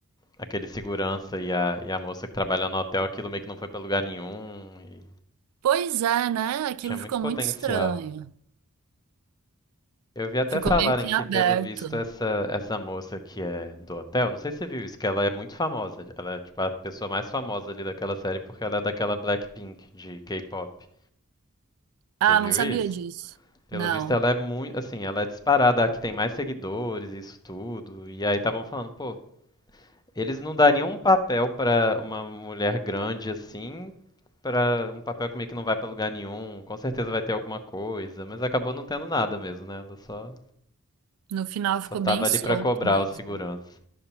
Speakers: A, on the left (about 20°); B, on the right (about 85°).
A: aquele segurança e a, e a moça que trabalha no hotel, aquilo meio que não foi pra lugar nenhum e
B: Pois é, né? Aquilo
A: tinha
B: ficou
A: muito potencial.
B: muito estranho.
A: Eu vi até
B: Ficou
A: falarem
B: meio que
A: que,
B: aberto.
A: pelo visto, essa, essa moça que é do hotel, não sei se você viu isso, que ela é muito famosa. Ela é, tipo, a pessoa mais famosa ali daquela série porque ela é daquela Blackpink de K-pop.
B: Ah,
A: Você viu
B: não sabia
A: isso?
B: disso.
A: Pelo
B: Não.
A: visto, ela é muito, assim, ela é disparada, a que tem mais seguidores, isso tudo. E aí estavam falando, pô, eles não dariam um papel pra uma mulher grande assim, pra um papel que meio que não vai pra lugar nenhum. Com certeza vai ter alguma coisa, mas acabou não tendo nada mesmo, né? Ela só
B: No final
A: Só
B: ficou
A: tava
B: bem
A: ali
B: solto
A: pra cobrar
B: mesmo.
A: o segurança.